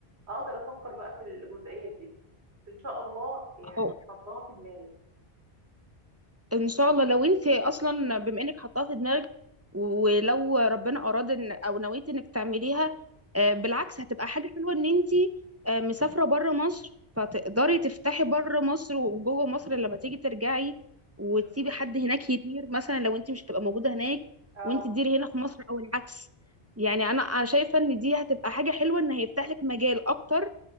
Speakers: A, on the right; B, on the right.
A: أقدر أفكر بقى في الجزئية دي بس إن شاء الله يعني
B: أو.
A: حطها في دماغي
B: إن شاء الله لو أنت أصلا بما إنك حطاها في دماغك ولو ربنا أراد إن أو نويت إنك تعمليها آه،
A: مم.
B: بالعكس هتبقى حاجة حلوة إن أنت آه، مسافرة بره مصر فتقدري تفتحي بره مصر وجوه مصر لما تيجي ترجعي وتسيبي
A: مم.
B: حد هناك يدير مثلا لو أنت مش هتبقى موجودة هناك
A: اه
B: وأنت تديري هنا في مصر أو العكس يعني أنا أنا شايفة إن دي هتبقى حاجة حلوة إن هيفتح لك مجال أكتر